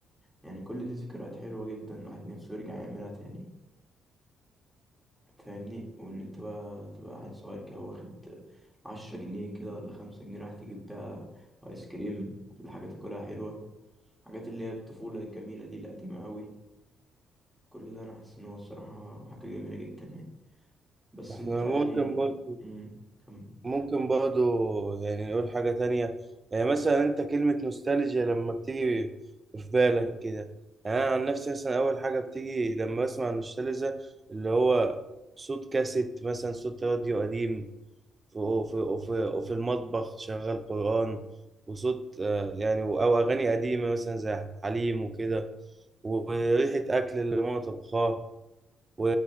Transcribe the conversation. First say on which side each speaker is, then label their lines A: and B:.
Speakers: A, in the centre; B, on the right.
A: يعني كل دي ذكريات حلوة جدا الواحد نفسه يرجع يعملها تاني فاهمني وان انت بقى تبقى عيل صغير كده واخد عشرة جنيه كده ولا خمسة جنيه رايح تجيب بيها ايس كريم ولا حاجة تاكلها حلوة حاجات اللي هي الطفولة الجميلة دي القديمة قوي كل ده أنا حاسس إن هو الصراحة حاجة جميلة جدا يعني بس
B: احنا
A: أنت يعني
B: ممكن برضه
A: مم. كمل
B: ممكن برضو يعني نقول حاجة تانية يعني مثلا أنت كلمة نوستالجيا لما بتيجي في بالك كده يعني أنا عن نفسي مثلا أول حاجة بتيجي لما بسمع نوستالجيا اللي هو صوت كاسيت مثلا صوت راديو قديم في وفي وفي وفي المطبخ شغال قرآن وصوت آه، يعني أو أغاني قديمة مثلا زي حليم وكده وريحة أكل اللي ماما طبخاه و...